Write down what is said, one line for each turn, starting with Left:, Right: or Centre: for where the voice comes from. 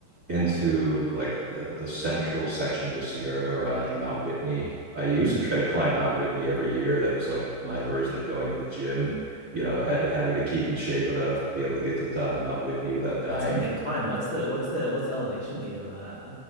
Right: into like the the central section of the Sierra around like Mount Whitney. I used
Left: Mm.
Right: to try to climb Mount Whitney every year. That was like my version of going to the gym. You know, had having to keep in shape enough to be able to get to the top of Mount Whitney without dying.
Left: That's a big climb. What's the what's the what's the elevation gain on that?